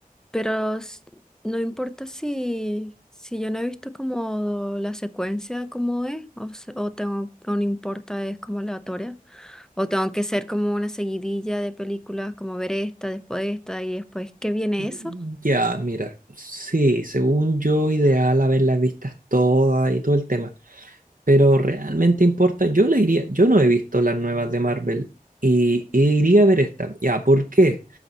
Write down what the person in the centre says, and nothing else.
Pero s- no importa si, si yo no he visto como la secuencia como es, o, se- o tengo, o no importa, es como aleatoria, o tengo que ser como una seguidilla de películas, como ver esta, después esta y después, ¿qué viene
eso?